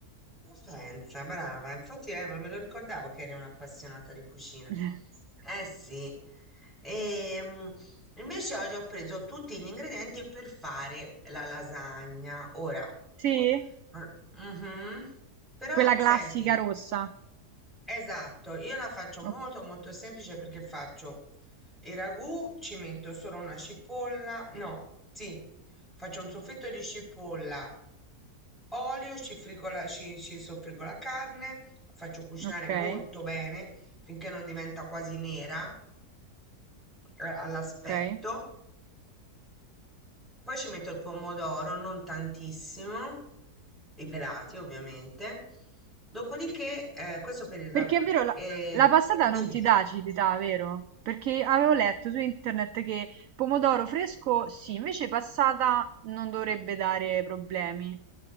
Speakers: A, in the centre; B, on the right.
A: Ma pensa, brava, infatti eh, me lo ricordavo che eri un'appassionata di cucina.
B: <laughs>
A: Eh sì, Ehm, invece oggi ho preso tutti gli ingredienti per fare la lasagna. Ora,
B: Sì?
A: non- Mhm. Però
B: Quella classica
A: senti,
B: rossa.
A: Esatto, io la faccio molto
B: O
A: molto semplice perché faccio il ragù, ci metto solo una cipolla, no, sì, faccio un soffritto di cipolla, olio, ci, frigo la- ci, ci soffriggo la carne, la faccio cucinare
B: okay,
A: molto bene finché non diventa quasi nera eh, all'aspetto.
B: okay.
A: Poi ci metto il pomodoro, non tantissimo, i pelati ovviamente. Dopodiché, eh, questo per il ragù.
B: Perché è vero la
A: E
B: la passata
A: dimmi,
B: non ti dà acidità, vero? Perché avevo letto su internet che pomodoro fresco sì, invece passata non dovrebbe dare problemi.